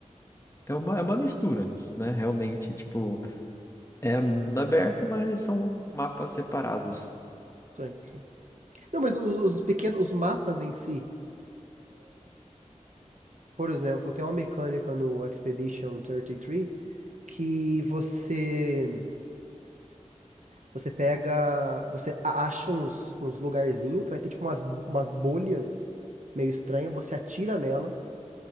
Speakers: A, on the left (about 25°); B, on the right (about 75°).
A: É uma, é uma mistura, né? Realmente, tipo, é mundo aberto, mas são mapas separados.
B: Sim, sim. Não, mas os, os pequenos, os mapas em si, por exemplo, tem uma mecânica no Expedition 33 que você Você pega. Você a- acha uns, uns lugarzinhos que vai ter tipo umas, umas bolhas meio estranhas. Você atira nelas.